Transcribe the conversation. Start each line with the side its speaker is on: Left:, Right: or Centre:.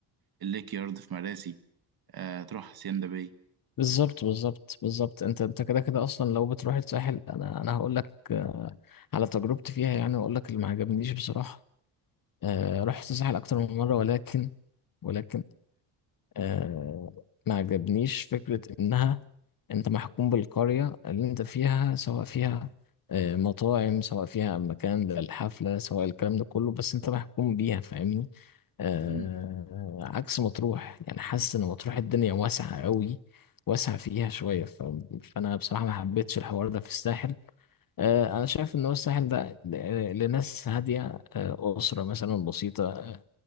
Right: الليك يارد في مراسي آه تروح hacienda باي
Left: بالظبط بالظبط بالظبط انت انت كده كده اصلا لو بتروح الساحل انا انا هقول لك آه، على تجربتي فيها يعني واقول لك اللي ما عجبنيش بصراحه آه، رحت الساحل اكتر من مره ولكن ولكن آه، ما عجبنيش فكرة إنها أنت محكوم بالقرية اللي أنت فيها سواء فيها آه، مطاعم سواء فيها مكان للحفلة سواء الكلام ده كله بس أنت محكوم بيها فاهمني آه،
Right: امم
Left: عكس مطروح يعني حاسس إن مطروح الدنيا واسعة قوي واسعة فيها شوية ف- فأنا بصراحة ما حبيتش الحوار ده في الساحل آه، أنا شايف إن هو الساحل ده ل- لناس هادية آه، أسرة مثلا بسيطة آه،